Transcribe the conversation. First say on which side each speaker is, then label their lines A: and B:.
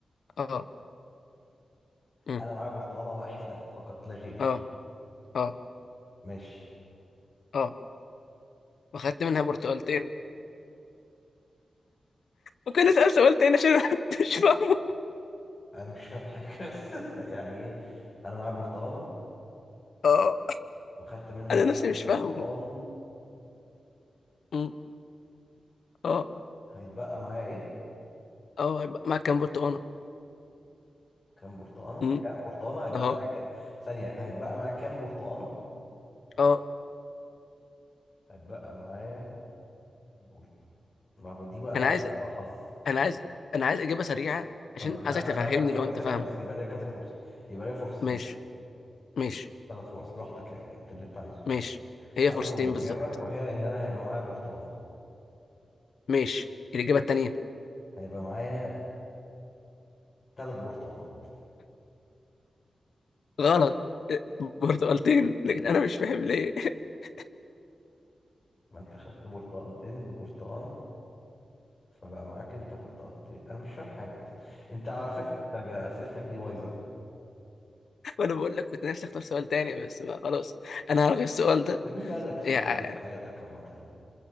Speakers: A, on the left; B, on the left.
A: اه أمم،
B: انا معايا برتقانة واحدة فقط لا غير
A: اه اه
B: ماشي
A: اه وخدت منها برتقالتين ممكن اسأل سؤال تاني عشان أنا <laughs> مش فاهمه
B: انا مش فاهم حاجة <laughs> بس انت يعني ايه انا معايا برتقانة
A: اه
B: وخدت منها
A: انا نفسي مش
B: برتقانتين
A: فاهمه أمم، اه
B: هيتبقى معايا ايه
A: اه هيبقى معاك كام برتقانة
B: كام برتقانة
A: أمم،
B: كام برتقانة هيتبقى
A: اه
B: معاك ثانية هيتبقى معاك كام برتقانة
A: اه
B: هيتبقى معايا بر... ما هو دي بقى
A: انا عايز
B: هتبقى حظ
A: انا عايز انا عايز اجابة سريعة
B: طب
A: عشان عايزك
B: هجاوبك
A: تفهمني
B: إجابة
A: لو انت
B: سريعة
A: فاهم
B: بس يبقى ليا كذا فرصة يبقى ليا فرصتين
A: ماشي ماشي
B: ثلاث فرص براحتك يعني أنت اللي أنت عايزه
A: ماشي هي
B: أول
A: فرصتين
B: إجابة
A: بالظبط
B: وهي إن أنا هيبقى معايا برتقانة
A: ماشي الإجابة التانية
B: هيبقى معايا ثلاث برتقانات
A: غلط برتقالتين لكن انا مش فاهم ليه <laughs>
B: ما أنت خدت برتقانتين من البرتقانة فبقى معاك أنت برتقانتين أنا مش فاهم حاجة أنت على فكرة أنت أسئلتك دي بايظة
A: وانا بقول لك كنت نفسي اختار سؤال تاني بس بقى خلاص انا هلغي السؤال ده
B: مين قال لك السؤال
A: يعني
B: ده في حياتك عامة